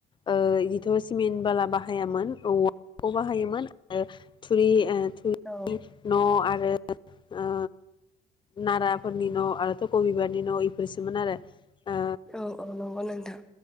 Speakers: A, on the left; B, in the centre.
A: ओ इदिथ' सिमेन्ट बाला बाहायामोन औवाखौ बाहायोमोन आरो थुरि ओ थुरिनि
B: औ
A: न' आरो आरो ओ नाराफोरनि न' आरोथ' थक बिबारनि न' इफोरसोमोन आरो। ओ
B: औ औ नंगौ नोंथां।